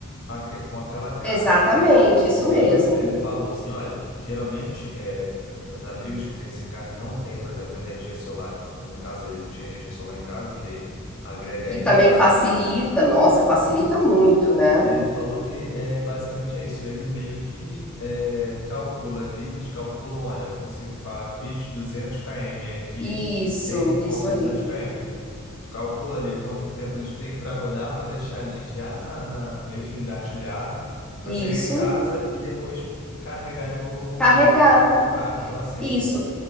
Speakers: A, on the left; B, in the centre.
A: aque- com aquela carga,
B: exatamente,
A: né?
B: isso
A: Então
B: mesmo.
A: ele, fa- ele falou assim: olha, geralmente é, os amigos que têm esse carro e não têm, por exemplo, energia solar, no caso dele, ele tinha energia solar em casa, o que agrega
B: que
A: ainda
B: também
A: mais.
B: facilita, nossa, facilita
A: isso.
B: muito, né?
A: Ele falou que é, basicamente é isso. Ele meio que é, calcula ali, eles calculam, olha, eu consigo, fa- fiz 200 km aqui,
B: Isso,
A: tem
B: isso
A: falta 200
B: aí.
A: km. Calcula ali quanto tempo eles têm para rodar, para deixar ali já na, na- meio que engatilhado,
B: Isso,
A: para chegar em casa e depois carregar de novo o,
B: carregar.
A: o carro. Então, assim,
B: Isso,